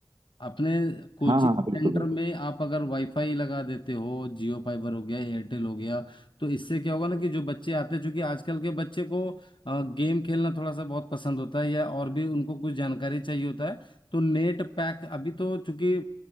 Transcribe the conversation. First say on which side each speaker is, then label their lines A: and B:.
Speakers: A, on the left; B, on the right.
A: अपने कोचिंग
B: हाँ हाँ हाँ,
A: सेंटर
B: बिल्कुल बिल्कुल
A: में आप अगर वाईफाई लगा देते हो जियो फाइबर हो गया एयरटेल हो गया तो इससे क्या होगा ना कि जो बच्चे आते हैं चूंकि आजकल के बच्चे को अ, गेम खेलना थोड़ा सा बहुत पसंद होता है या और भी उनको कुछ जानकारी चाहिए होता है तो नेट पैक अभी तो चूंकि